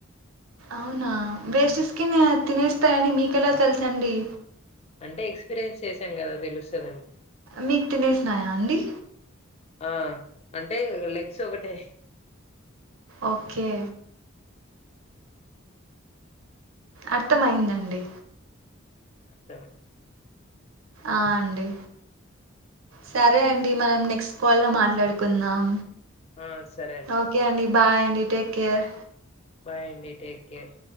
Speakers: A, on the right; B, on the left.
A: అవునా వేస్ట్ స్కిన్ తినేస్తాయని మీకెలా తెలుసండి
B: అంటే ఎక్స్పీరియన్స్ చేసాం కదా తెలుస్తదండి
A: మీకు తినేసినాయా అండి
B: ఆ అంటే లెగ్స్ ఒకటే
A: ఓకే అర్థంమయిందండి
B: అతనే
A: ఆ అండి సరే అండి మనం నెక్స్ట్ కాల్ లో మాట్లాడుకుందాం
B: ఆ సరే
A: ఓకే అండి బాయ్ అండి టేక్ కేర్
B: బాయ్ అండి టేక్ కేర్